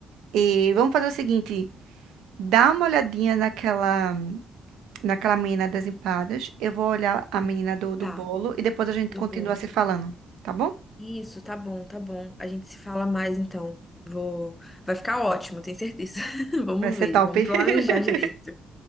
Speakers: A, on the right (about 85°); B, on the left (about 20°).
A: E vamos fazer o seguinte: dá uma olhadinha naquela, naquela menina das empadas. Eu vou olhar a menina do, do
B: Tá,
A: bolo e depois a gente
B: do
A: continua
B: bolo.
A: se falando, tá bom?
B: Isso, tá bom, tá bom. A gente se fala mais então. Vou, vai ficar ótimo, tenho certeza. <laughs> Vamos
A: Vai ser
B: ver,
A: top.
B: vamos
A: <laughs>
B: planejar direito.